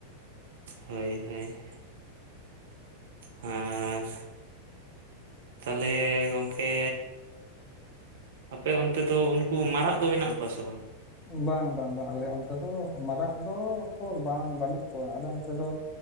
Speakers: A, on the right; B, on the left.
A: ᱦᱳᱭ ᱦᱳᱭ, ᱟᱨ ᱛᱟᱦᱚᱞᱮ ᱜᱚᱝᱠᱮ ᱟᱯᱮ ᱚᱱᱛᱮ ᱫᱚ ᱩᱱᱠᱩ ᱢᱟᱨᱟᱜ ᱫᱚ ᱢᱮᱱᱟᱜ ᱠᱚᱣᱟ ᱥᱮ ᱵᱟᱝ
B: ᱵᱟᱝ ᱵᱟᱝ ᱵᱟᱝ ᱟᱞᱮ ᱚᱱᱛᱮ ᱫᱚ ᱢᱟᱨᱟᱜ ᱫᱚ ᱠᱚ ᱵᱟᱝ ᱵᱟᱹᱱᱩᱜ ᱠᱚᱣᱟ ᱟᱞ ᱚᱱᱛᱮ ᱫᱚ